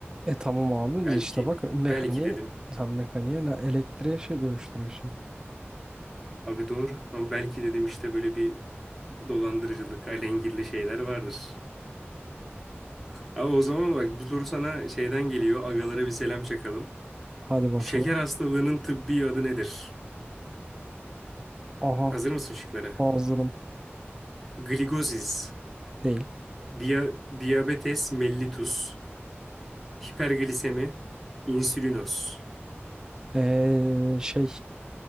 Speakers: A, on the right (about 15°); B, in the centre.
A: E tamam abi
B: Belki,
A: işte bak mekaniğe
B: belki dedim.
A: sen mekaniğe ne elektriğe şey dönüştürüyorsun.
B: Abi doğru. Ama belki dedim işte böyle bir dolandırıcılık, alengirli şeyler vardır. Abi o zaman bak bu soru sana şeyden geliyor. Agalara bir selam çakalım.
A: Hadi bakalım.
B: Şeker hastalığının tıbbi adı nedir?
A: Aha
B: Hazır mısın şıklara?
A: hazırım
B: Gligozis,
A: değil.
B: dia diabetes mellitus, hiperglisemi, insülinos.
A: Eee şey